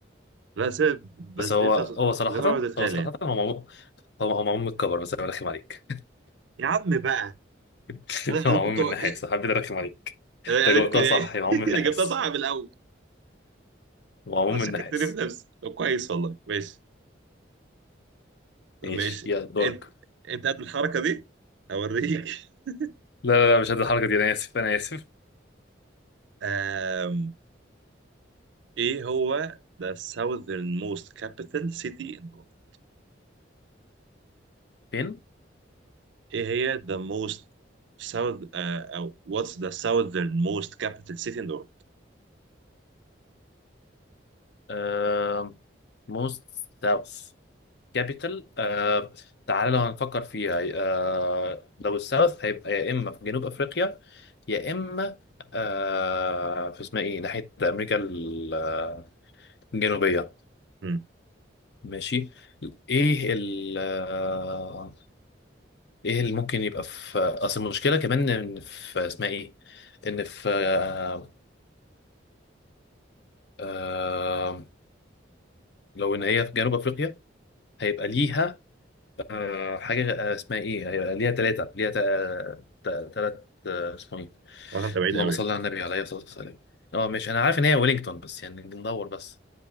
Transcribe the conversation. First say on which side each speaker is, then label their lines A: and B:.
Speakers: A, on the right (about 70°); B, on the left (about 60°).
A: لا سيب بس
B: بس هو
A: دي انت
B: هو صراحة
A: غير وديتها
B: هو صراحة
A: لي يعني.
B: هو معمول هو هو معمول من الكفر بس أنا برخم عليك
A: يا عم بقى
B: <laughs>
A: انا
B: هو
A: انا
B: معمول
A: كنت
B: من
A: ايه
B: النحاس حبيت أرخم عليك
A: انا
B: أنت
A: انا
B: جاوبتها
A: كنت
B: صح هي معمول
A: <laughs>
B: من النحاس
A: انا جبتها صح من الاول
B: هو معمول
A: مش
B: من النحاس
A: هتكتري في نفسي طب كويس والله ماشي طب
B: ماشي
A: ماشي
B: يا دورك
A: انت انت قد الحركه دي هوريك <laughs>
B: لا لا لا مش قد الحركة دي أنا آسف أنا آسف
A: آم، ايه هو the southern most capital city in the world
B: فين؟
A: ايه هي the most south آه، او what's the southern most capital city in the world
B: آه... موست ساوث كابيتال آه... تعالى لو هنفكر فيها آه... لو الساوث هيبقى يا إما في جنوب أفريقيا يا اما آه في اسمها ايه ناحيه امريكا ال- آه، الجنوبيه
A: هم،
B: ماشي ايه ال آه، ايه اللي ممكن يبقى في اصل المشكله كمان ان في اسمها ايه ان في آه آه لو ان هي في جنوب افريقيا هيبقى ليها آه حاجه آه، اسمها ايه هيبقى ليها ثلاثه ليها ثلاث اسمه ايه
A: طبعا انت بعيد
B: اللهم
A: قوي
B: صل على النبي عليه الصلاه والسلام اه ماشي انا عارف ان هي ويلينجتون بس يعني بندور بس